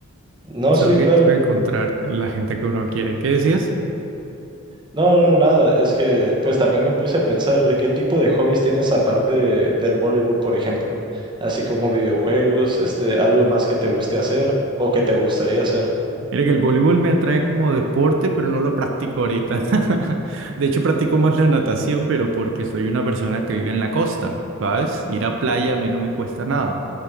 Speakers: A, on the right (about 20°); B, on the right (about 60°).
A: No,
B: Solo
A: sí,
B: que
A: claro.
B: tengo que encontrar la gente que uno quiere. ¿Qué decías?
A: No, no, nada, es que pues también me puse a pensar qué tipo de hobbies tienes aparte de- del voleibol, por ejemplo, así como videojuegos, este, algo más que te guste hacer o que te gustaría hacer.
B: Mira que el voleibol me atrae como deporte, pero no lo practico ahorita. <laughs> De hecho, practico más la natación, pero porque soy una persona que vive en la costa, ¿sabes? Ir a playa a mí no me cuesta nada.